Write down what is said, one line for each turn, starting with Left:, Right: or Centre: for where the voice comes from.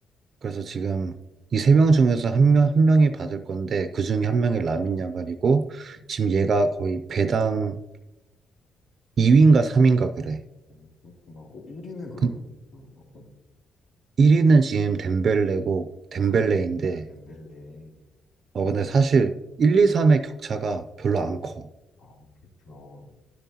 Right: 그래서 지금 이 세 명 중에서 한 명, 한 명이 받을 건데 그 중에 한 명이 라민 야말이고
Left: 음,
Right: 지금 얘가 거의 배당 2위인가 3위인가 그래.
Left: 어, 그렇구나. 어, 1위는 그러면
Right: 그
Left: 누구야? 어.
Right: 1위는 지금 덴벨레고 덴벨레인데
Left: 아, 엠벨레.
Right: 어 근데 사실 1, 2, 3의 격차가 별로 안 커.
Left: 아, 그렇구나.